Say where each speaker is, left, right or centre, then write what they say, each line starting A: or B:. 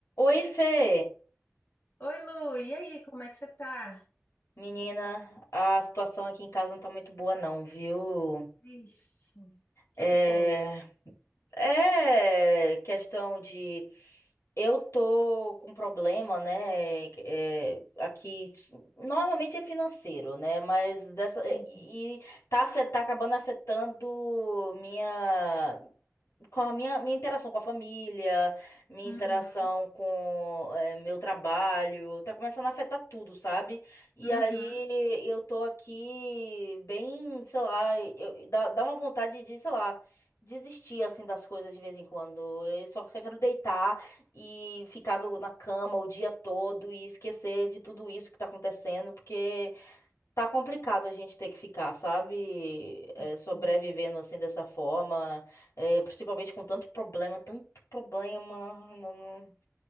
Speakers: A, on the left; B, on the left.
A: Oi, Fê.
B: Oi, Lu, e aí, como é que você tá?
A: Menina, a situação aqui em casa não tá muito boa, não, viu?
B: Vixe, o que
A: É,
B: é que foi?
A: é questão de. Eu tô com problema, né? É, aqui. Normalmente é financeiro, né? Mas dessa.
B: Sim.
A: E tá, afet... tá acabando afetando minha. com a minha, minha interação com a família, minha
B: Uhum,
A: interação com eh, meu trabalho, tá começando a afetar tudo, sabe? E
B: uhum.
A: aí eu tô aqui bem, sei lá, eu, dá, dá uma vontade de, sei lá, desistir assim das coisas de vez em quando. Eu só quero deitar e ficar no- na cama o dia todo e esquecer de tudo isso que tá acontecendo, porque. Tá complicado a gente ter que ficar, sabe? É,
B: Eu sei.
A: sobrevivendo assim dessa forma, é, principalmente com tanto problema, tanto problema. Não, não-